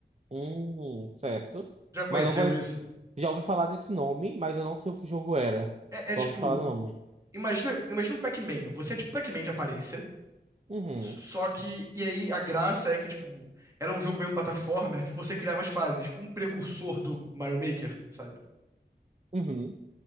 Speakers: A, on the right (about 35°); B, on the right (about 15°).
A: Hum, certo.
B: Já conheceu
A: Mas não conheço.
B: isso?
A: Já ouvi falar desse nome, mas eu não sei o que jogo era.
B: É, é tipo.
A: Só ouvi falar do nome.
B: Imagina, imagina um Pac-Man. Você é tipo Pac-Man de aparência.
A: Uhum.
B: Só que. E aí a graça é que, tipo, era um jogo meio um platformer que você criava as fases, tipo um precursor do Mario Maker, sabe?
A: Uhum.